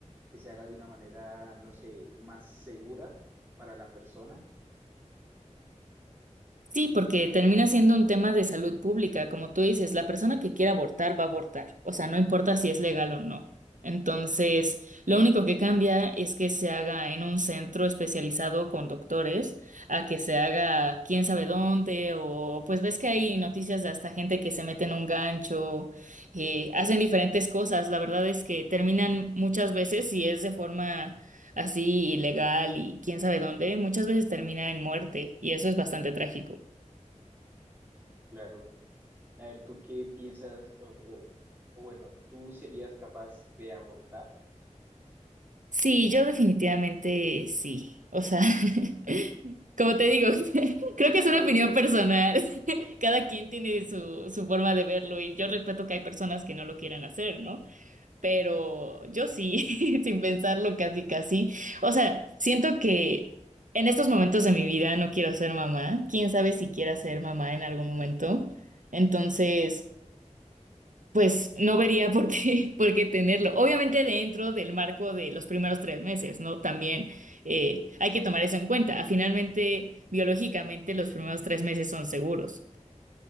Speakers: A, on the right; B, on the right.
A: que se haga de una manera, no sé, más segura para la persona.
B: Sí, porque termina siendo un tema de salud pública. Como tú dices, la persona que quiera abortar va a abortar. O sea, no importa si es legal o no. Entonces, lo único que cambia es que se haga en un centro especializado con doctores, a que se haga quién sabe dónde, o pues ves que hay noticias de hasta gente que se mete en un gancho, eh,
A: Uy,
B: hacen diferentes cosas. La verdad es que terminan muchas veces, si es de forma así ilegal y quién sabe dónde, muchas veces termina en muerte, y eso es bastante trágico.
A: claro. A ver, ¿tú qué piensas o, o- o bueno, tú serías capaz de abortar?
B: Sí, yo definitivamente sí. O sea, <laughs> como te digo, <laughs> creo que es una
A: <laughs>
B: opinión personal. <laughs> Cada quien tiene su, su forma de verlo y yo respeto que hay personas que no lo quieran hacer, ¿no? Pero yo sí, <laughs> sin pensarlo casi casi. O sea, siento que en estos momentos de mi vida no quiero ser mamá. Quién sabe si quiera ser mamá en algún momento. Entonces... Pues no vería por qué, <laughs> por qué tenerlo. Obviamente dentro del marco de los primeros tres meses, ¿no? También eh, hay que tomar eso en cuenta. Ah, Finalmente, biológicamente, los primeros tres meses son seguros.